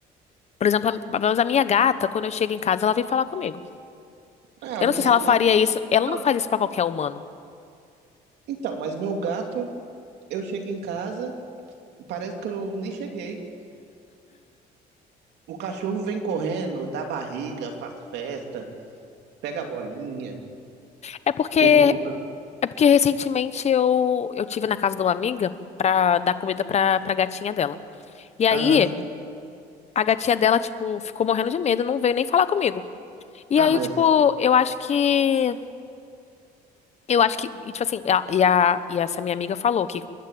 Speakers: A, on the left; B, on the right.
A: por exemplo, a, pelo menos a minha gata, quando eu chego em casa, ela vem falar comigo.
B: É, a
A: Eu
B: minha
A: não sei se ela
B: não.
A: faria isso. Ela
B: Não.
A: não faz isso pra qualquer humano.
B: Então, mas meu gato, eu chego em casa. Parece que eu nem cheguei. O cachorro vem correndo, dá barriga, faz festa, pega a bolinha,
A: É porque,
B: pula.
A: é porque recentemente eu, eu tive na casa de uma amiga pra dar comida pra, pra gatinha dela. E aí,
B: Aham.
A: a gatinha dela, tipo, ficou morrendo de medo, não veio nem falar comigo. E
B: Ah,
A: aí,
B: mas
A: tipo, eu acho que Eu acho que, e, tipo assim, a- e, a, e essa minha amiga falou que,